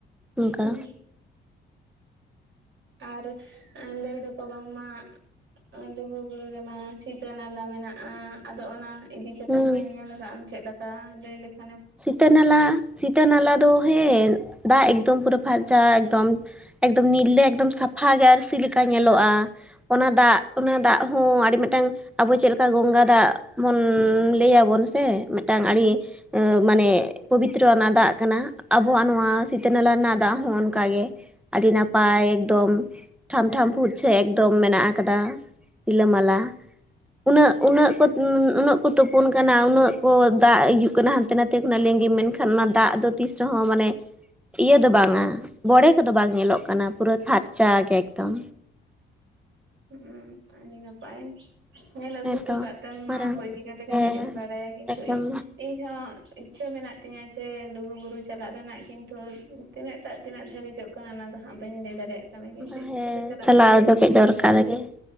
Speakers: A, in the centre; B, on the right (about 70°).
A: ᱚᱱᱠᱟ
B: ᱦᱩᱸ ᱟᱨ ᱞᱟᱹᱭ ᱫᱚᱠᱚ ᱵᱟᱝᱢᱟ ᱞᱩᱜᱩ ᱵᱩᱨᱩ ᱨᱮᱢᱟ ᱥᱤᱛᱟᱹ ᱱᱟᱞᱟ ᱢᱮᱱᱟᱜᱼᱟ, ᱟᱫᱚ ᱚᱱᱟ ᱤᱫᱤ ᱠᱟᱛᱮ
A: ᱦᱩᱸ
B: ᱧᱮᱞ ᱟᱠᱟᱫ ᱟᱢ ᱪᱮᱫ ᱞᱮᱠᱟ, ᱞᱟᱹᱭ ᱞᱮᱠᱷᱟᱱ
A: ᱥᱤᱛᱟᱹ ᱱᱟᱞᱟ ᱥᱤᱛᱟᱹ ᱱᱟᱞᱟ ᱫᱚ ᱦᱮᱸ ᱫᱟᱜ ᱮᱠᱫᱚᱢ ᱯᱩᱨᱟᱹ ᱯᱷᱟᱨᱪᱟ, ᱮᱠᱫᱚᱢ ᱮᱠᱫᱚᱢ ᱱᱤᱨᱟᱹ ᱮᱠᱫᱚᱢ ᱥᱟᱯᱷᱟ ᱜᱮ ᱟᱨᱥᱤ ᱞᱮᱠᱟ ᱧᱮᱞᱚᱜᱼᱟ᱾ ᱚᱱᱟ ᱫᱟᱜ ᱚᱱᱟ ᱫᱟᱜ ᱦᱚᱸ ᱟᱹᱰᱤ ᱢᱤᱫᱴᱟᱝ ᱟᱵᱚ ᱪᱮᱫ ᱞᱮᱠᱟ ᱜᱚᱝᱜᱟ ᱫᱟᱜ ᱵᱚᱱ ᱞᱟᱹᱭᱟᱵᱚᱱ ᱥᱮ᱾ ᱢᱤᱫᱴᱟᱝ ᱟᱹᱰᱤ
B: ᱦᱩᱸ
A: ᱢᱟᱱᱮ ᱯᱚᱵᱤᱛᱨᱚᱱᱟᱜ ᱫᱟᱜ ᱠᱟᱱᱟ᱾ ᱟᱵᱚᱣᱟᱜ ᱱᱚᱣᱟ ᱥᱤᱛᱟᱹᱱᱟᱞᱟ ᱨᱮᱱᱟᱜ ᱫᱟᱜ ᱦᱚᱸᱜ ᱝᱠᱟ ᱜᱮ, ᱟᱹᱰᱤ ᱱᱟᱯᱟᱭ ᱱᱟᱯᱟᱭ ᱮᱠᱫᱚᱢ ᱴᱷᱟᱢᱴᱷᱟᱢ ᱯᱷᱩᱨᱪᱷᱟᱹ ᱮᱠᱫᱚᱢ ᱢᱮᱱᱟᱜ ᱟᱠᱟᱫᱟ ᱨᱤᱞᱟᱹᱢᱟᱞᱟ᱾ ᱩᱱᱟᱹᱜ ᱩᱱᱟᱹᱜ ᱠᱚ ᱩᱱᱟᱹᱜ ᱠᱚ ᱛᱩᱯᱩᱱ ᱠᱟᱱᱟ ᱩᱱᱟᱹᱜ ᱠᱚ ᱫᱟᱜ ᱤᱭᱩᱜ ᱠᱟᱱᱟ᱾ ᱦᱟᱱᱛᱮ ᱦᱛᱮᱱᱟᱛᱮ ᱠᱷᱚᱱᱟᱜ ᱞᱤᱝᱜᱤ ᱜᱮ ᱢᱮᱱᱠᱷᱟᱱ, ᱚᱱᱟ ᱫᱟᱜ ᱫᱚ ᱛᱤᱥ ᱨᱮᱦᱚᱸ ᱢᱟᱱᱮ ᱤᱭᱟᱹ ᱫᱚ ᱵᱟᱝᱟ ᱵᱚᱲᱮ ᱠᱚᱫᱚ ᱵᱟᱝ ᱧᱮᱞᱚᱜ ᱠᱟᱱᱟ᱾ ᱯᱩᱨᱟᱹ ᱯᱷᱟᱨᱪᱟ ᱜᱮ ᱮᱠᱫᱚᱢ᱾
B: ᱦᱩᱸ ᱟᱹᱰᱤ ᱱᱟᱯᱟᱭ ᱧᱮᱞ ᱟᱹᱜᱩ
A: ᱦᱮᱸᱛᱚ
B: ᱟᱠᱟᱫ ᱛᱮᱢ ᱱᱚᱣᱟ
A: ᱢᱟᱨᱟᱝ
B: ᱠᱚ ᱤᱫᱤ ᱠᱟᱛᱮ
A: ᱦᱮᱸ
B: ᱠᱟᱹᱴᱤᱡ ᱮᱢ ᱵᱟᱲᱟᱭᱟ ᱠᱤᱱᱛᱩ
A: ᱮᱠᱫᱚᱢ
B: ᱤᱧ ᱤᱧ ᱦᱚᱸ ᱤᱪᱷᱟᱹ ᱢᱮᱱᱟᱜ ᱛᱤᱧᱟᱹ ᱡᱮ ᱞᱩᱜᱩ ᱵᱩᱨᱩ ᱪᱟᱞᱟᱜ ᱨᱮᱱᱟᱜ, ᱠᱤᱱᱛᱩ ᱛᱤᱱᱟᱹᱜ ᱴᱟᱜ ᱛᱱᱟᱹᱜ ᱫᱷᱤᱡ ᱠᱟᱱᱟ ᱚᱱᱟ ᱫᱚ ᱦᱟᱸᱟᱜ ᱵᱟᱹᱧ ᱞᱟᱹᱭ ᱫᱟᱲᱮᱭᱟᱜ ᱠᱟᱱᱛᱮ᱾ ᱠᱤᱱᱛᱩ
A: ᱦᱮᱸ
B: ᱤᱪᱷᱟ ᱫᱚ ᱪᱟᱞᱟᱜ
A: ᱪᱟᱞᱟᱣ
B: ᱨᱮᱱᱟᱜ ᱫᱚᱤᱫ
A: ᱫᱚ ᱠᱟᱹᱡ ᱫᱚᱨᱠᱟᱨ
B: ᱢᱮᱱᱟᱜ ᱛᱮᱭᱟᱹ,
A: ᱜᱮ